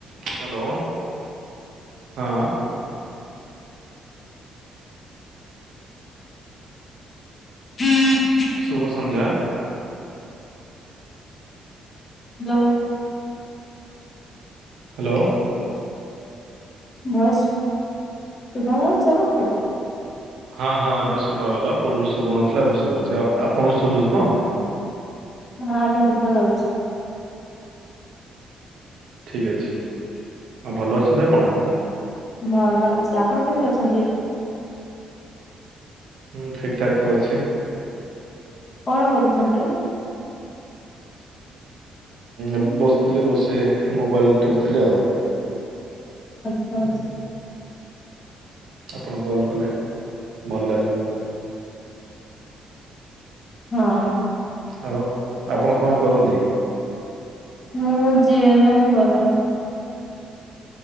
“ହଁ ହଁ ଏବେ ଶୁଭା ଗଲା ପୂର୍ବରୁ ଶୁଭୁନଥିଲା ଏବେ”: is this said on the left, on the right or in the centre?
Right